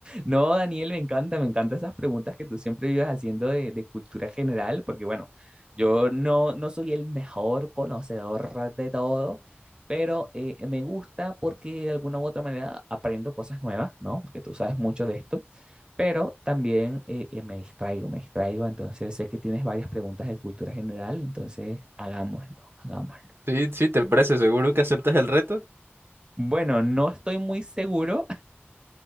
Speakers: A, on the right (about 20°); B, on the right (about 60°).
A: No, Daniel, me encanta, me encantan esas preguntas que tú siempre vives haciendo de, de cultura general, porque bueno, yo no, no soy el mejor conocedor de todo, pero eh, me gusta porque de alguna u otra manera aprendo cosas nuevas, ¿no? Porque tú sabes mucho de esto, pero también eh, eh, me distraigo, me distraigo, entonces sé que tienes varias preguntas de cultura general, entonces hagámoslo, hagámoslo.
B: Sí, sí, ¿te parece? ¿Seguro que aceptas el reto?
A: Bueno, no estoy muy seguro